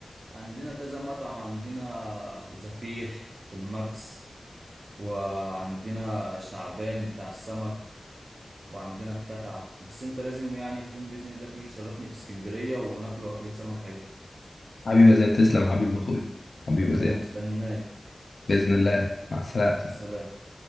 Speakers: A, on the right; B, on the left.
A: عندنا كذا مطعم عندنا زفير في الماكس وعندنا شعبان بتاع السمك وعندنا الكتعة بس انت لازم يعني في يوم بإذن الله تيجي تشرفني في اسكندرية وناكلوا أكلة سمك حلو
B: حبيبي يا زياد تسلم حبيب اخوي حبيبي
A: تمام
B: يا زياد
A: استناك
B: باذن الله
A: مع
B: مع السلامه
A: السلامة